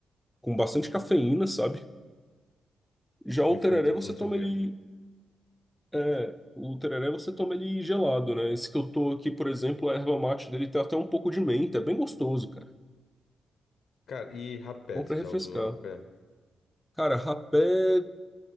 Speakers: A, in the centre; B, on the left.
A: com bastante cafeína, sabe? Já o
B: perfeito,
A: tereré você
B: eu não sabia.
A: toma ele. É, o tereré você toma ele gelado, né? Esse que eu tô aqui, por exemplo, a erva mate dele tem até um pouco de menta, é bem gostoso, cara.
B: Cara, e rapé,
A: É bom pra
B: você
A: refrescar.
B: já usou rapé?
A: Cara, rapé.